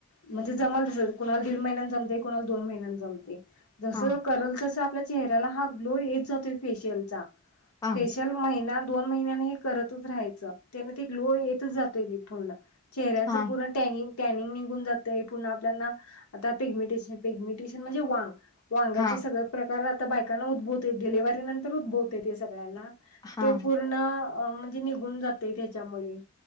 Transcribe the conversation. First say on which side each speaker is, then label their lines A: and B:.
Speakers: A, on the left; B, on the left.
A: म्हणजे जमल तस कुणाला दीड महिन्यात जमते कुणाला दोन महिन्यात जमते. जस
B: हा
A: करल तस आपल्या चेहऱ्याला हा ग्लो येत जातोय फेशियल चा फेशियलचा.
B: हा
A: फेशियल महिना दोन महिन्यानी हे करतच राहायंच त्यांना ते गलो येत जात. चेहरयाचे
B: हा
A: पूर्ण टॅनिंग टॅनिंग निघून जातय पुन्हा आपल्याला आता पेगमिटेशन पिगमिनटेशन म्हणजे वांग. वांगाच
B: हा
A: सगळं प्रकार आता बायकांना उद्भवत य डिलेव्ही नंतर उद्भवतय येते सगळ्यांना.
B: हा
A: ते पूर्ण अ म्हणजे निघून जाते त्याच्यामुळे